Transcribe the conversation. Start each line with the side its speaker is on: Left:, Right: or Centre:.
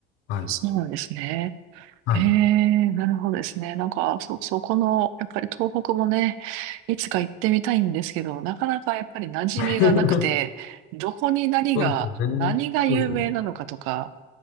Left: はい。
Right: そうなんですね。
Left: はい。
Right: ええ、なるほどですね。なんか、そ、そこの、やっぱり東北もね、いつか行ってみたいんですけど、なかなかやっぱり馴染みがなくて、
Left: <laughs>
Right: どこに何が、
Left: そうですよね。
Right: 何が有名なのかとか、
Left: そうですよね。